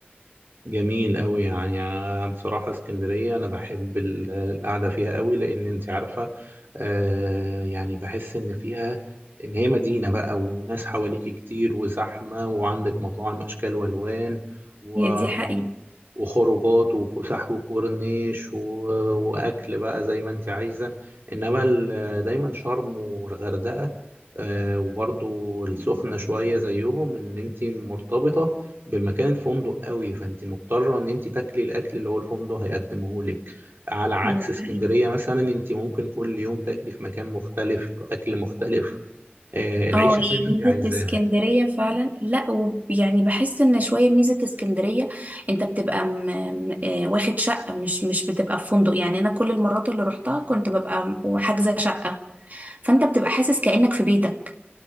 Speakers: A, on the right (about 65°); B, on the right (about 45°).
A: جميل قوي يعني أنا بصراحة اسكندرية أنا بحب ال- القعدة فيها قوي لأن أنت عارفة آه يعني بحس إن فيها إن هي مدينة بقى وناس حواليكي كتير وزحمة وعندك مطاعم أشكال وألوان و...
B: هي دي حقيقة
A: وخروجات وفسح وكورنيش و... وأكل بقى زي ما أنت عايزة إنما ال- دايما شرم والغردقة آه وبرضو السخنة شوية زيهم إن أنت مرتبطة بمكان الفندق قوي فانت مضطره ان انت تاكلي الاكل اللي هو الفندق هيقدمه لك على عكس
B: مم.
A: اسكندريه مثلا انت ممكن كل يوم تاكلي في مكان مختلف اكل مختلف آه العيشه
B: اه هي
A: زي ما انت
B: ميزة
A: عايزاها
B: اسكندرية فعلا لا وب- يعني بحس ان شوية ميزة اسكندرية انت بتبقى م... م- آه، واخد شقة مش مش بتبقى في فندق يعني انا كل المرات اللي روحتها كنت ببقى م- وحاجزة شقة فانت بتبقى حاسس كأنك في بيتك